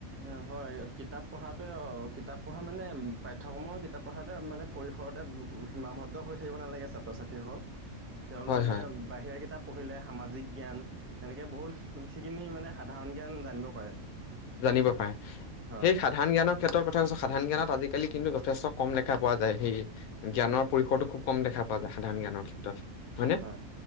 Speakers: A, on the right; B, on the left.
A: এ, হয়, কিতাপ পঢ়াটো অ', কিতাপ পঢ়া মানে, পাঠ্যক্ৰমৰ কিতাপ কথাটে মানে, পৰিসৰতে সীমাবদ্ধ হৈ থাকিব নালাগে, ছাত্ৰ ছাত্ৰীসকল। তেওঁলোকে
B: হয় হয়
A: বাহিৰা কিতাপ পঢ়িলে সামাজিক জ্ঞান, এনেকে বহুত সিখিনি মানে সাধাৰণ জ্ঞান জানিব পাৰে।
B: জানিব পাৰে।
A: হয়
B: সেই সাধাৰণ জ্ঞানক ক্ষেত্ৰত কথা কৈছো, সাধাৰণ জ্ঞানত আজিকালি কিন্তু যথেষ্ট কম দেখা পোৱা যায়, সেই জ্ঞানৰ পৰিসৰটো খুব কম দেখা <unintelligible> সাধাৰণত জ্ঞানৰ ক্ষেত্ৰত হয়নে,
A: হয় হয়